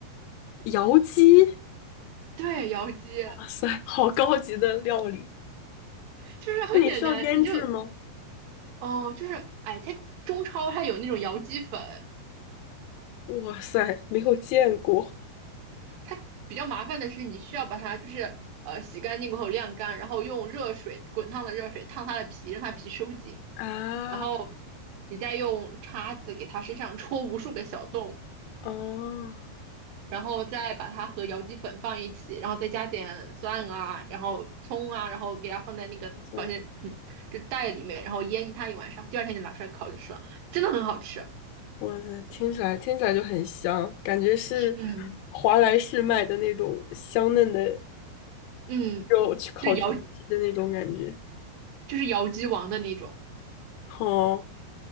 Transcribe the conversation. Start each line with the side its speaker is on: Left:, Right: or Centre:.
Left: 窑鸡，
Right: 对，窑鸡
Left: 哇塞，好高级的料理。
Right: 就是很简单，
Left: 那你需要腌制吗？
Right: 你就。哦，就是，哎，它中超它有那种窑鸡粉，
Left: 哇塞，没有见过
Right: 它比较麻烦的是，你需要把它就是呃洗干净过后晾干，然后用热水滚烫的热水烫它的皮，让它皮收紧，
Left: 啊！
Right: 然后你再用叉子给它身上戳无数个小洞，
Left: 哦，
Right: 然后再把它和摇鸡粉放一起，然后再加点蒜啊，然后葱啊，然后给它放在那个保鲜嗯就袋里面，
Left: 哇塞，
Right: 然后腌它一晚上，第二天就拿出来烤就吃了，真的很好吃。
Left: 哇塞，听起来听起来就很香，感觉是
Right: 嗯
Left: 华莱士卖的那种香嫩的
Right: 嗯，
Left: 肉去烤全鸡的那种感觉。
Right: 就摇就是摇鸡王的那种，
Left: 哦，